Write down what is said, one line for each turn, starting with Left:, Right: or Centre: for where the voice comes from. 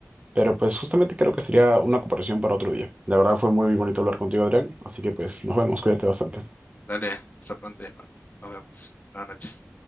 Right: Pero pues justamente creo que sería una comparación para otro día. La verdad fue muy bonito hablar contigo, Adrián. Así que pues nos vemos, cuídate bastante.
Left: Dale, hasta pronto ya, Marco. Nos vemos. Buenas noches.